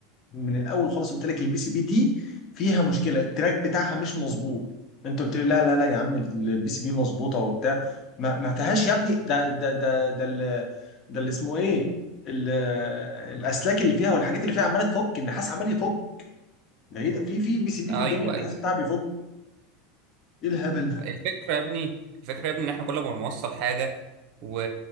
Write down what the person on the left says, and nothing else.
من الاول خالص قلت لك البي سي بي دي فيها مشكله التراك بتاعها مش مظبوط انت قلت لي لا لا لا يا عم البي سي بي مظبوطه وبتاع ما, ما فيهاش يا ابني ده ده ده ده ال- ده اللي اسمه ايه ال- الاسلاك اللي فيها والحاجات اللي فيها عماله تفك النحاس عمال يفك ده ايه ده في في بي سي بي
في الدنيا النحاس
بتاعها بيفك ايه الهبل ده